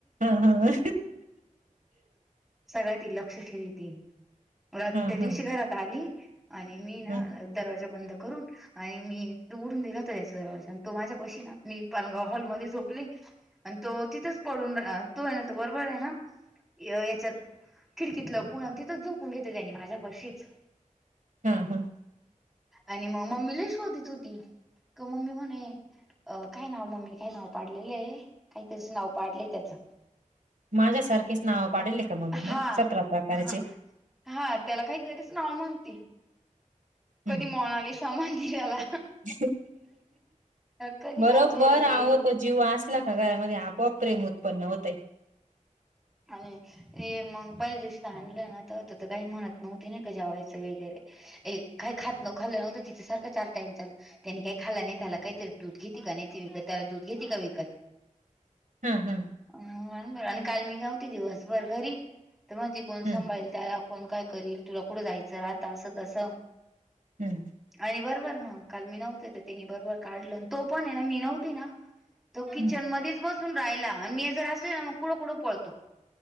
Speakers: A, on the right (about 70°); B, in the centre.
A: हा हा हा
B: सगळं ती लक्ष ठेवीती. रात
A: हा
B: त्या दिवशी घरात आली, आणि मी ना
A: हा
B: अ दरवाजा बंद करून आणि मी दुवडून दिला त्याचा् दरवाजा, आन् तो माझ्या पशी ना, मी पलंगाव हॉलमध्ये झोपले. अन् तो तिथंच पडून रा तो ए ना त, बरोबरे ये ना, अ याच्यात खिडकीत लपुन् अन् तिथंच जोप उन घेतलं त्यानी माझ्या पशीच
A: हा हा.
B: आणि म मम्मी लय शोधीत होती, क मम्मी म्हणे अ काय नाव, मम्मीने काय नाव पाडलेलये, काईतरीच नाव पाडलय त्याचं.
A: माझ्यासारकेच नावं पाडेले का मम्मी न,
B: हा
A: सतरा प्रकारचे?
B: हा हा, त्याला काई तरीच नाव म्हणती, कधी
A: हम्म
B: मोनालीसा म्हनती त्याला
A: <inaudible>
B: कधी
A: बरोबर
B: काहीतरी
A: आवो तो, जीव आसला घरामध्ये आपोआप प्रेम उत्पन्न होतय.
B: आणि हे मंग पयल्या दिवशी त आणलंय ना, तवात त काय म्हणत नव्हती नई का जेवायचं वगैरे ए काई खात नव, खाल्ल नव्हत तिच सारख चार टाईम चालू. त्यानी काही खाल्ल नाई. त्याला काईतरी दूध घेती का नाई ती विकत. त्याला दूध घेती का विकत.
A: हम्म हम्म
B: अ अन बर, अन काल मी नव्हती दिवस भर घरी. त म ती कोण
A: हम्म
B: सांभाळेल. त्याला कोण काय करील. तुला कुठ जायचय राहत अस तस.
A: हम्म
B: आणि बरोबर मंग. काल मी नव्हते त तिनी बरबर काढल. अन तो पण ए ना मी नव्हती ना तो किचन
A: हम्म.
B: मधीच बसून रायला. अन म्या जर असली ना मग कुड कुड पळतो.